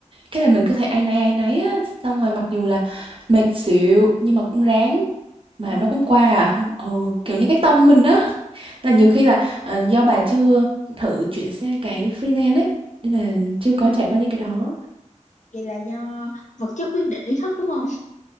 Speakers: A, on the right; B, on the left.
A: Cái là mình cứ thấy áy náy áy náy á, xong rồi mặc dù là mệt xỉu nhưng mà cũng ráng mà
B: Ừ.
A: nó cũng qua à. <laughs> Ồ kiểu như cái tâm mình á. là nhiều khi là ờ, do bà chưa thử chuyển sang cái freelance ấy nên là chưa có trải qua những cái đó
B: vậy là do vật chất quyết định ý thức đúng không